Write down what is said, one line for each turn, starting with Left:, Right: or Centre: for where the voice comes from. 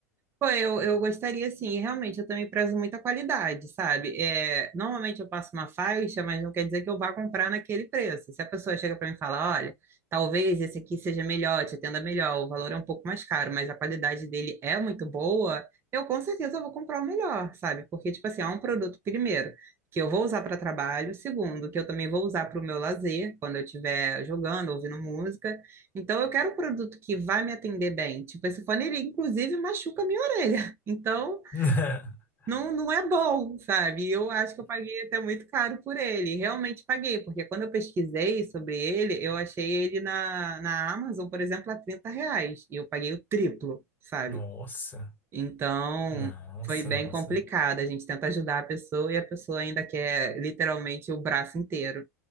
Right: Pô, eu, eu gostaria sim, e realmente eu também prezo muita qualidade, sabe? É, normalmente eu passo uma faixa, mas não quer dizer que eu vá comprar naquele preço. Se a pessoa chega para mim e fala, olha, talvez esse aqui seja melhor, te atenda melhor, o valor é um pouco mais caro, mas a qualidade dele é muito boa, eu com certeza vou comprar o melhor, sabe? Porque, tipo assim, é um produto, primeiro, que eu vou usar para trabalho, segundo, que eu também vou usar para o meu lazer, quando eu estiver jogando, ouvindo música. Então, eu quero um produto que vai me atender bem. Tipo, esse fone, ele inclusive machuca a minha espelha. Então,
Left: <laughs>
Right: não, não é bom, sabe? Eu acho que eu paguei até muito caro por ele. Realmente paguei, porque quando eu pesquisei sobre ele, eu achei ele na, na Amazon, por exemplo, a 30 reais. E eu paguei o triplo, sabe?
Left: Nossa,
Right: Então,
Left: nossa,
Right: foi bem
Left: nossa.
Right: complicado. A gente tenta ajudar a pessoa e a pessoa ainda quer literalmente o braço inteiro.